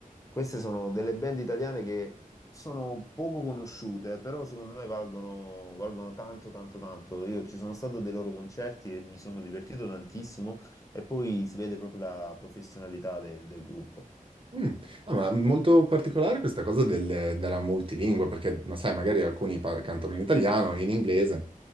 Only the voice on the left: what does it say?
Queste sono delle band italiane che sono poco conosciute, però secondo me valgono, valgono tanto, tanto, tanto. Io ci sono stato a dei loro concerti e mi sono divertito tantissimo e poi si vede proprio la professionalità de- del gruppo.